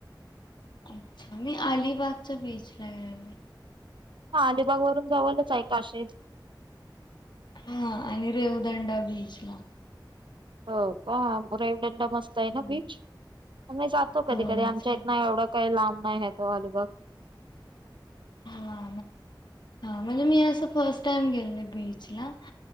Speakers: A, on the left (about 65°); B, on the right (about 80°).
A: अच्छा मी अलिबागच्या बीच ला गेलोय.
B: हा अलिबाग वरून जवळच आहे काशेद.
A: हा आणि रेवदांडा बीच ला.
B: हो का रैवडंडा मस्त आहे
A: हम्म.
B: ना बीच. आम्ही जातो कधी
A: हो
B: कधी, आमच्या
A: चांग
B: इथन एवढा काही लांब नाही आहे तो अलीबाग.
A: हा हा म्हणजे मी असं फर्स्ट टाइम गे. बीचला,